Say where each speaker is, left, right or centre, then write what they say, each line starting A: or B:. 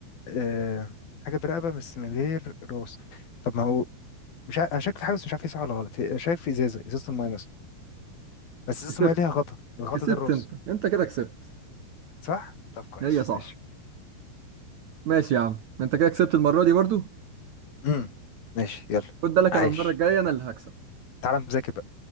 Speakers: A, on the left (about 50°); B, on the right (about 60°).
A: أه... حاجه برقبه بس من غير راس طب ما هو مش عارف انا شاك في حاجه بس مش عارف هي صح ولا غلط هي- شايف في ازازه ازازه المايه مثلا بس ازازه
B: كسبت
A: المايه ليها غطا الغطا
B: كسبت
A: ده الراس
B: انت انت كده كسبت
A: صح طب كويس
B: هي صح
A: ماشي
B: ماشي يا عم انت كده كسبت المرة دي برضو
A: امم ماشي يلا
B: خد بالك
A: عايش
B: انا المره الجايه انا اللي هكسب
A: تعالى مذاكر بقى